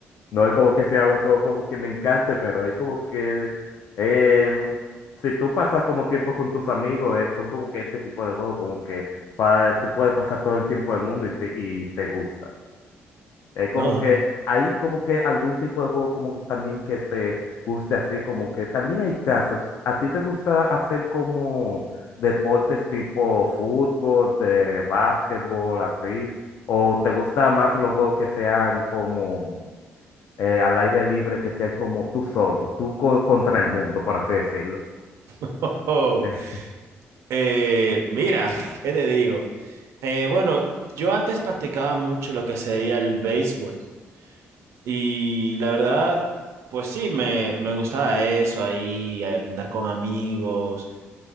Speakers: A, on the left (about 60°); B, on the right (about 80°).
A: No es como que sea un juego como que me encante, pero es como que em, si tú pasas como tiempo con tus amigos, eh, son como que este tipo de juegos, como que pa- tú puedes pasar todo el tiempo del mundo y te, y te gusta. Es como
B: no.
A: que hay como que algún tipo de juego como también que te guste así, como que también hay casos. ¿A ti te gusta hacer como deportes tipo fútbol, de básquetbol, así? ¿O te gusta más los juegos que sean como eh, al aire libre que sea como tú solo, tú co- contra el mundo, por así decirlo.
B: <laughs> Oh,
A: <laughs>
B: eh, mira, <laughs> ¿qué te digo? Eh, bueno, yo antes practicaba mucho lo que sería el béisbol. Y la verdad, pues sí, me, me gustaba eso, ahí andar con amigos